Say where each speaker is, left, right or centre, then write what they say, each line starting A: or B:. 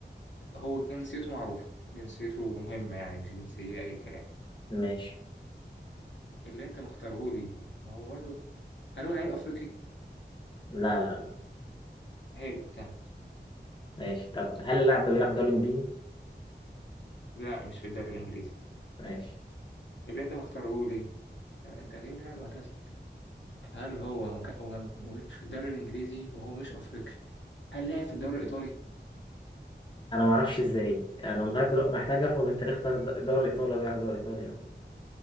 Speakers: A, on the left; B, on the left.
A: هو جنسيته معروفة جنسيته مهمة يعني مش جنسية أي كلام
B: ماشي
A: اللي أنت مختارهولي ما هو برضه هل هو لعيب افريقي؟
B: لا لا
A: هل كان
B: ماشي طب هل اللاعب ده بيلعب دوري انجليزي؟
A: لا مش في الدوري الانجليزي
B: ماشي
A: اللي انت مختاره ليه؟ طب انت جايب لي لاعب معتزل هل هو مك- وم- ومش في الدوري الانجليزي وهو مش افريقي هل لعب في الدوري الايطالي؟
B: انا ما اعرفش ازاي انا لغايه دلوقتي محتاج افهم انت ليه اختار الد- الدوري الايطالي ولا بيلعب الدوري الايطالي